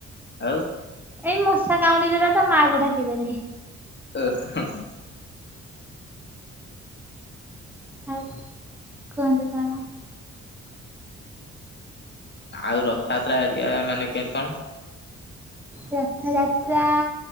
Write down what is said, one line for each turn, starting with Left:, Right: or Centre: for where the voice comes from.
Left: ଆଉ
Centre: ଏଇ ମୂଷା କାମୁଡି ଦେଲା ତ ମାକୁ ଡାକି ଦେଲି।
Left: ଓ- ହ- ହଁ
Centre: ଆଉ କୁହନ୍ତୁ କଣ?
Left: ଆଉ ରଥଯାତ୍ରା ଏକା ମାନେ କେମତି କଣ?
Centre: ରଥଯାତ୍ରା